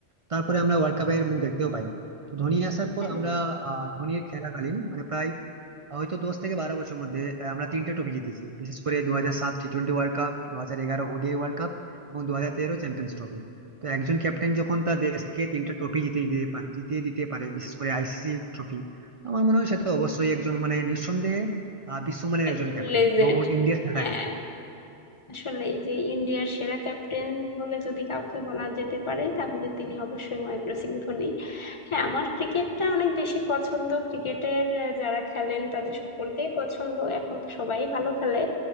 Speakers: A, on the right; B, on the left.
A: তারপরে আমরা ওয়ার্ল্ড কাপের মুখ দেখতেও পাইনি তো ধোনি আসার পর
B: হ্যাঁ,
A: আমরা
B: হ্যাঁ,
A: আহ ধোনির খেলাকালীন মানে প্রায় হয়তো দশ থেকে বারো বছরের মধ্যে আহ, আমরা তিনটে ট্রফি জিতেছি বিশেষ করে দু হাজার সাত T twenty World cup দু হাজার এগারো ODI World Cup এবং দু হাজার তেরো চ্যাম্পিয়ন্স ট্রফি তো একজন ক্যাপ্টেন যখন তার দেশকে তিনটে ট্রফি জিতিয়ে দিতে পারে জিতিয়ে দিতে পারে বিশেষ করে আইসিসি ট্রফি তো আমার মনে হয় সে তো অবশ্যই একজন মানে নিঃসন্দেহে আহ, বিশ্বমানের
B: একজন
A: একজন ক্যাপ্টেন
B: লেজেন্ড
A: এবং ইন্ডিয়ার সেরা
B: হ্যাঁ
A: captain।
B: আসলে এই যে ইন্ডিয়ার সেরা ক্যাপ্টেন বলে যদি কাউকে বলা যেতে পারে তাহলে তিনি অবশ্যই মহেন্দ্র সিং ধোনি হ্যাঁ আমার ক্রিকেটটা অনেক বেশি পছন্দ ক্রিকেটের আহ, যারা খেলেন তাদের সকলকেই পছন্দ এখন তো সবাই ভালো খেলে